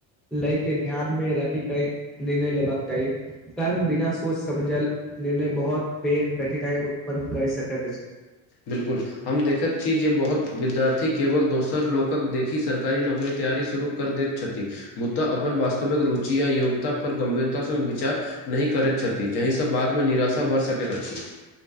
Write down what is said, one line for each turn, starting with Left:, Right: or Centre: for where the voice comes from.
Centre: लए के ध्यान मे रख क निर्णय लेबाक चाही कर्म बिना सोच समझल निर्णय बहुत बेर कठिनाइ उत्पन्न कर सकैत अछि
Left: बिल्कुल हम देखैत छी जे बहुत विद्यार्थी केवल दोसर लोकक देखि सरकारी नौकरी तैयारी शुरू कर दैत छथि मुद्दा अपन वास्तविक रुचि या योग्यता पर गंभीरतासँ विचार नहि करैत छथि जाहिसँ बादमे निराशा बढ़ सकैत अछि